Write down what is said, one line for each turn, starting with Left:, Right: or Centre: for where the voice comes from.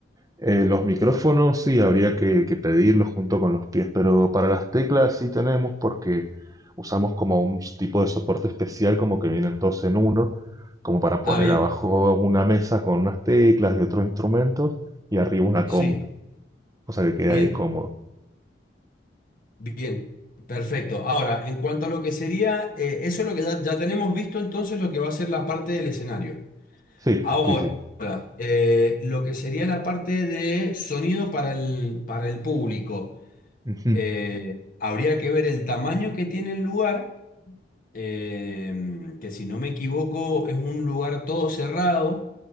Right: Eh, los micrófonos sí habría que, que pedirlos junto con los pies, pero para las teclas sí tenemos porque usamos como un tipo de soporte especial, como que vienen dos en uno, como para poner
Left: Ah, bien,
Right: abajo una mesa con unas teclas y otros instrumentos y arriba una
Left: sí,
Right: compu. o sea que queda
Left: bien,
Right: ahí cómodo.
Left: bien, perfecto. Ahora, en cuanto a lo que sería, eh, eso es lo que ya, ya tenemos visto entonces lo que va a ser la parte del escenario.
Right: Sí,
Left: Ahora,
Right: sí, sí.
Left: eh, lo que sería la parte de sonido para el, para el público.
Right: Ujú,
Left: Eh, habría que ver el tamaño que tiene el lugar, eh, que si no me equivoco es un lugar todo cerrado,